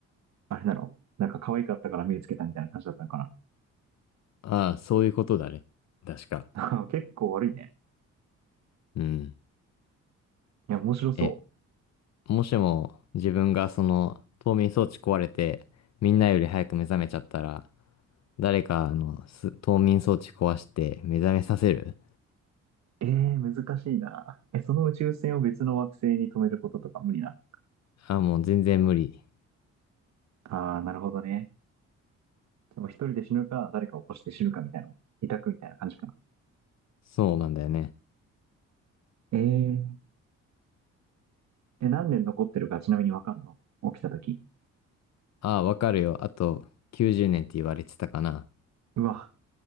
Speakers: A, on the right (about 65°); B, on the left (about 60°).
A: あれなのなんか可愛かったから目つけたみたいな感じだったのか
B: ああ、そういうことだね。確か。
A: な。<laughs> 結構悪いね。
B: うん。
A: いや、面白そう。
B: え、もしも自分がその冬眠装置壊れて、みんなより早く目覚めちゃったら、誰かあのす冬眠装置壊して目覚めさせる
A: ええー、難しいな。え、その宇宙船を別の惑星に止めることとか無理な。
B: ああ、もう全然無理。
A: ああ、なるほどね。でも一人で死ぬか、誰かを起こして死ぬかみたいな、委託みたいな感じかな。
B: そうなんだよね。
A: ええー、え、何年残ってるかちなみにわかんの起きた時。
B: ああ、わかるよ。あと90年って言われてたかな。
A: うわ、